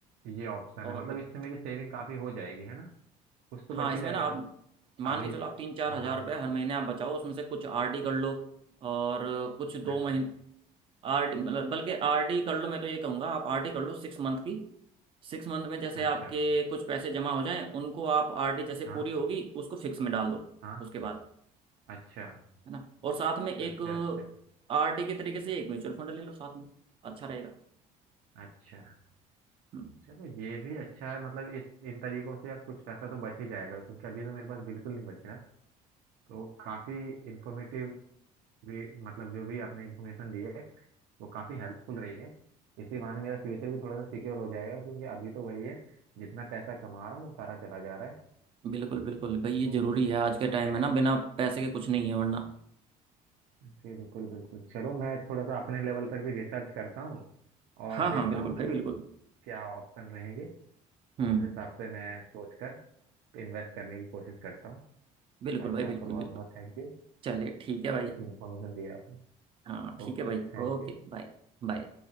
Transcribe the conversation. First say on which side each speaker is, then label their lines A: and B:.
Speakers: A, on the right; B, on the right.
A: ये ऑप्शन
B: और
A: है मतलब
B: बताओ।
A: इससे मेरी सेविंग काफ़ी हो जाएगी है ना कुछ तो
B: हाँ
A: बच
B: इसमें
A: ही जाएगा
B: ना आप मान
A: अभी
B: के चलो आप तीन चार
A: हाँ
B: हजार रुपये हर महीने आप बचाओ उसमें से कुछ आरडी कर लो और कुछ दो
A: अच्छा
B: महीने आरडी बल्कि आरडी कर लो मैं तो ये कहूँगा आप आरडी कर लो सिक्स मंथ की सिक्स मंथ में जैसे
A: अच्छा
B: आपके कुछ पैसे जमा हो जाएं उनको आप आरडी जैसे
A: हाँ
B: पूरी होगी उसको फिक्स में डाल दो
A: हाँ
B: उसके बाद
A: अच्छा
B: है ना और साथ में एक
A: अच्छा अच्छा
B: आरडी के तरीके से एक म्यूचुअल फंड ले लो साथ में अच्छा रहेगा
A: अच्छा
B: हम्म,
A: चलो ये भी अच्छा है मतलब इस इन तरीकों से यार कुछ पैसा तो बच ही जाएगा क्योंकि अभी तो मेरे पास बिल्कुल नहीं बच रहा तो काफ़ी इन्फॉर्मेटिव भी मतलब जो भी आपने इन्फॉर्मेशन दी है वो काफ़ी हेल्पफुल रही है इसी बहाने मेरा फ्यूचर भी थोड़ा सा सिक्योर हो जाएगा क्योंकि अभी तो वही है जितना पैसा कमा रहा हूँ वो सारा चला जा रहा है
B: बिल्कुल बिल्कुल भाई
A: तो
B: ये जरूरी है आज के टाइम
A: मैं
B: में ना बिना पैसे के कुछ नहीं है वरना
A: बिल्कुल बिल्कुल चलो मैं थोड़ा सा अपने लेवल पर भी रिसर्च करता हूँ और
B: हाँ
A: देखता
B: हाँ बिल्कुल
A: हूँ
B: भाई
A: कि
B: बिल्कुल
A: क्या ऑप्शन रहेंगे तो
B: हम्म
A: उस हिसाब से मैं सोचकर इन्वेस्ट करने की कोशिश करता हूँ
B: बिल्कुल
A: बाकी
B: भाई
A: आपका
B: बिल्कुल
A: बहुत
B: बिल्कुल
A: बहुत थैंक यू
B: चलिए ठीक है भाई
A: इतनी इन्फॉर्मेशन दी है आपने
B: हाँ ठीक
A: Okay
B: है भाई
A: thank
B: ओके
A: you
B: बाय बाय